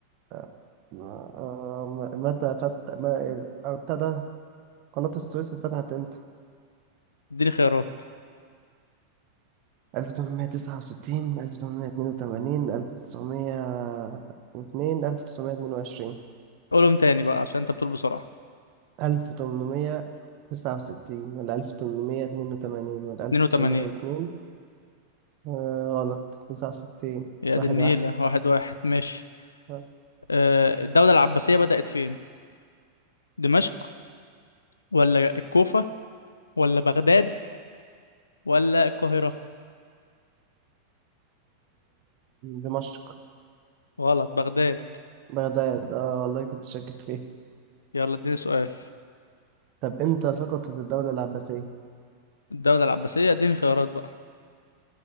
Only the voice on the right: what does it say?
آه، آه، متى فت ما ابتدى قناة السويس اتفتحت امتى؟
ألف تمنمية تسعة وستين ألف تمنمية اتنين وتمانين ألف تسعمية واتنين ألف تسعمية اتنين وعشرين
ألف تمنمية تسعة وستين ولا ألف تمنمية اتنين وتمانين ولا ألف
تسعمية واتنين آه غلط تسعة وستين
واحد
واحد
آه،
دمشق
بغداد اه والله كنت شاكك فيه
طب امتى سقطت الدولة العباسية؟